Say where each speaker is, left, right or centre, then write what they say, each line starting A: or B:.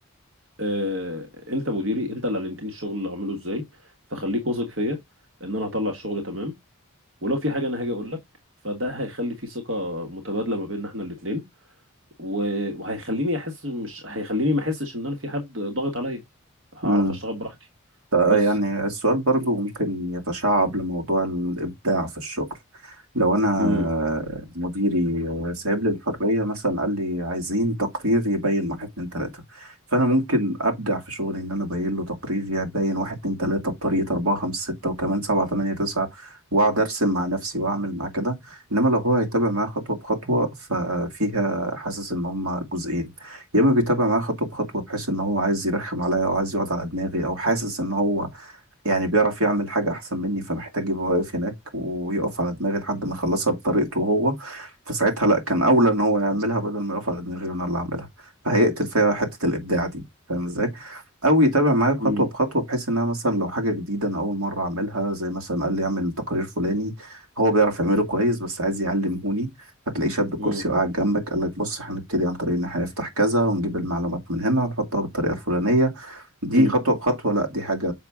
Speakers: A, on the right; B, on the right.
A: آه، انت مديري انت اللي علمتني الشغل اللي اعمله ازاي فخليك واثق فيا ان انا هطلع الشغل تمام ولو في حاجه انا هاجي اقول لك فده هيخلي في ثقه متبادله ما بيننا احنا الاثنين وهيخليني احس مش هيخليني ما احسش ان انا في حد ضاغط عليا هعرف
B: مم،
A: اشتغل براحتي
B: ف-
A: بس
B: يعني السؤال برضو ممكن يتشعب لموضوع الإبداع في الشغل لو أنا
A: امم
B: مديري سايب لي الحرية مثلا قال لي عايزين تقرير يبين واحد اتنين تلاتة فأنا ممكن أبدع في شغلي إن أنا أبين له تقرير يبين واحد اتنين تلاتة بطريقة أربعة خمسة ستة وكمان سبعة تمانية تسعة وأقعد أرسم مع نفسي وأعمل مع كده إنما لو هو هيتابع معايا خطوة بخطوة ففيها حاسس إن هما جزئين يا اما بيتابع معايا خطوه بخطوه بحيث ان هو عايز يرخم عليا او عايز يقعد على دماغي او حاسس ان هو يعني بيعرف يعمل حاجة أحسن مني فمحتاج يبقى واقف هناك ويقف على دماغي لحد ما يخلصها بطريقته هو فساعتها لأ كان أولى إن هو يعملها بدل ما يقف على دماغي وأنا اللي أعملها فهيقتل فيها حتة الإبداع دي فاهم إزاي؟ أو يتابع معايا بخطوة
A: امم
B: بخطوة بحيث إن أنا مثلا لو حاجة جديدة أنا أول مرة أعملها زي مثلا قال لي أعمل تقرير فلاني هو بيعرف يعمله كويس بس عايز يعلمهوني فتلاقيه شد الكرسي
A: امم
B: وقعد جنبك قال لك بص هنبتدي عن طريق إن إحنا نفتح كذا ونجيب المعلومات من هنا ونحطها بالطريقة الفلانية دي
A: امم
B: خطوة بخطوة لا دي حاجة